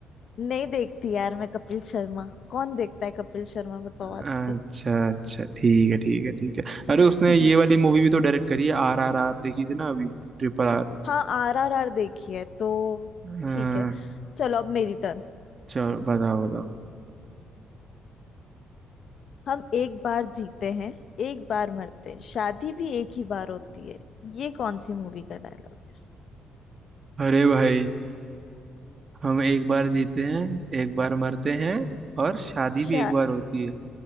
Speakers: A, on the left; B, on the right.
A: नहीं देखती यार मैं कपिल शर्मा कौन देखता है कपिल शर्मा बताओ
B: अच्छा
A: आजकल
B: अच्छा ठीक है ठीक है ठीक है
A: <laughs>
B: अरे उसने ये वाली मूवी भी तो डायरेक्ट करी है आर आर आर देखी थी ना अभी ट्रिपल आर
A: हाँ आर आर आर देखी है तो
B: हाँ
A: ठीक है चलो अब मेरी टर्न
B: चलो बताओ बताओ
A: हम एक बार जीते हैं एक बार मरते हैं शादी भी एक ही बार होती है ये कौन सी मूवी का डायलॉग
B: अरे भाई हम एक बार जीते हैं एक बार मरते हैं और शादी
A: शा
B: भी एक बार होती है